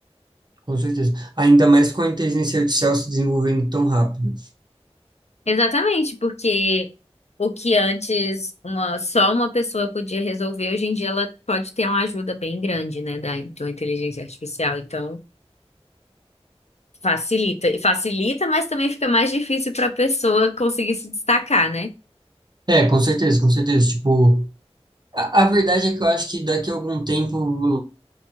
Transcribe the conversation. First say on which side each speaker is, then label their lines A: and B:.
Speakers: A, on the right; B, on the left.
A: Com certeza. Ainda mais com a inteligência artificial se desenvolvendo tão rápido.
B: Exatamente, porque o que antes uma, só uma pessoa podia resolver, hoje em dia ela pode ter uma ajuda bem grande, né, da, de uma inteligência artificial. Então, facilita. E facilita, mas também fica mais difícil para a pessoa conseguir se destacar, né?
A: É, com certeza, com certeza. Tipo, a, a verdade é que eu acho que daqui a algum tempo.